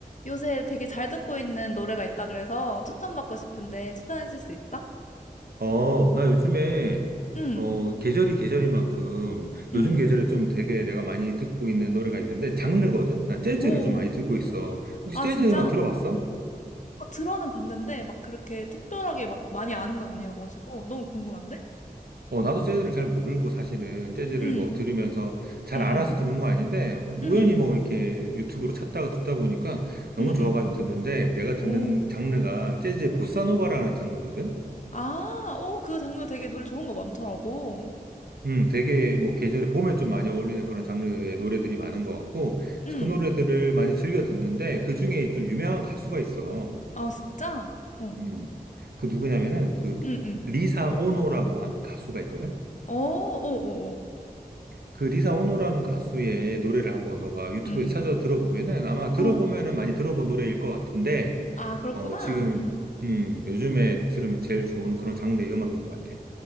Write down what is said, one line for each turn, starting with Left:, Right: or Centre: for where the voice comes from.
Left: 요새 되게 잘 듣고 있는 노래가 있다 그래서 추천받고 싶은데 추천해 줄 수 있어?
Right: 어, 나 요즘에,
Left: 응,
Right: 어, 계절이 계절이만큼,
Left: 응.
Right: 요즘 계절에 좀 되게 내가 많이 듣고 있는 노래가 있는데, 장르거든? 나 재즈를
Left: 오,
Right: 좀 많이 듣고 있어. 혹시
Left: 아,
Right: 재즈
Left: 진짜?
Right: 음악 들어봤어?
Left: 아, 들어는 봤는데 막 그렇게 특별하게 막 많이 아는 건 아니어가지고 너무 궁금한데?
Right: 어, 나도 재즈를 잘 모르고 사실은 재즈를
Left: 응,
Right: 뭐 들으면서 잘
Left: 응,
Right: 알아서
Left: 응,
Right: 듣는 거 아닌데, 어,
Left: 응,
Right: 우연히 뭐 이렇게 유튜브로 찾다가 듣다 보니까 너무
Left: 응,
Right: 좋아가지고
Left: 응.
Right: 듣는데, 내가 듣는
Left: 오,
Right: 장르가 재즈의 보사노바라는 장르거든?
Left: 아, 오, 그 장르 되게 노래 좋은 거 많더라고.
Right: 음, 되게 뭐 계절에 봄에 좀 많이 어울리는 그런 장르의 노래들이 많은 것 같고 그래서
Left: 응,
Right: 그 노래들을 많이 즐겨 듣는데 그 중에 좀 유명한 가수가 있어.
Left: 아, 진짜? 어,
Right: 음, 그 누구냐면은 그
Left: 응, 응.
Right: 리사 오노라고 하는 가수가 있거든.
Left: 오, 오, 오, 오.
Right: 그 리사 오노라는 가수의 노래를 한번 너가 유튜브에
Left: 응,
Right: 찾아 들어보면은 아마 들어보면은
Left: 응. 어,
Right: 많이 들어본 노래일 것 같은데
Left: 아, 그렇구나.
Right: 어 지금
Left: 음.
Right: 음 요즘에 들으면 제일 좋은 그런 장르의 음악인 것 같아.